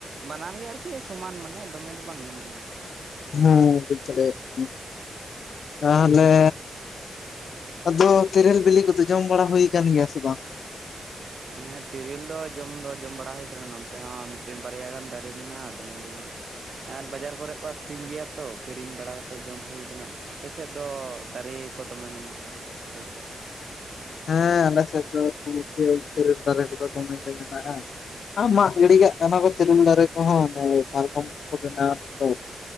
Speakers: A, on the right; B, on the left.
A: ᱵᱟᱱᱟᱨ ᱜᱮ ᱟᱨᱠᱤ ᱥᱚᱢᱟᱱ ᱢᱟᱱᱮ ᱫᱚᱢᱮ ᱫᱚ ᱵᱟᱝ ᱧᱟᱢᱚᱜ ᱜᱮᱭᱟ ᱟᱨᱠᱤ᱾
B: ᱦᱮᱸ ᱵᱩᱡᱽ ᱫᱟᱲᱮᱭ-ᱟᱜ ᱠᱟᱱᱤᱧ ᱛᱟᱦᱚᱞᱮᱼᱼ ᱟᱫᱚ ᱛᱮᱨᱤᱞ ᱵᱤᱞᱤ ᱠᱚᱫᱚ ᱡᱚᱢ ᱵᱟᱲᱟ ᱦᱩᱭ ᱠᱟᱱ ᱜᱮᱭᱟ ᱥᱮ ᱵᱟᱝ?
A: ᱦᱮᱸ ᱛᱤᱨᱤᱞ ᱫᱚ ᱡᱚᱢ ᱫᱚ ᱡᱚᱢ ᱵᱟᱲᱟ ᱦᱩᱭ ᱟᱠᱟᱱᱟ ᱱᱚᱛᱮ ᱦᱚᱸ ᱢᱤᱫᱴᱮᱱ ᱵᱟᱨᱭᱟ ᱜᱟᱱ ᱫᱟᱨᱮ ᱢᱮᱱᱟᱜ-ᱟ ᱫᱚᱢᱮ ᱫᱚ ᱵᱟᱝ᱾ ᱟᱨ ᱵᱟᱡᱟᱨ ᱠᱚᱨᱮ ᱠᱚ ᱟᱠᱷᱨᱤᱧ ᱜᱮᱭᱟ ᱛᱚ ᱠᱤᱨᱤᱧ ᱵᱟᱲᱟ ᱠᱟᱛᱮᱫ ᱡᱚᱢ ᱦᱩᱭ ᱟᱠᱟᱱᱟ, ᱟᱯᱮ ᱥᱮᱫ ᱫᱚ ᱫᱟᱨᱮᱼᱼ ᱠᱚ ᱫᱚᱢᱮ ᱢᱮᱱᱟᱜ ᱟᱭᱟ ᱦᱳᱭ ᱛᱚ᱾
B: ᱦᱮᱸ ᱟᱞᱮ ᱥᱮᱫ ᱫᱚ <inaudible> ᱛᱤᱨᱤᱞ ᱫᱟᱨᱮ ᱠᱚᱫᱚ ᱫᱚᱢᱮ ᱜᱮ ᱢᱮᱱᱟᱜ-ᱟ᱾ ᱟᱸ ᱢᱟᱜ ᱜᱤᱰᱤ ᱠᱟᱜ ᱠᱟᱱᱟ ᱠᱚ ᱛᱤᱨᱤᱞ ᱫᱟᱨᱮ ᱠᱚᱦᱚᱸ ᱚᱱᱮ ᱯᱟᱨᱠᱚᱢ ᱠᱚᱠᱚ ᱵᱮᱱᱟᱣ ᱮᱫᱟ ᱛᱚ᱾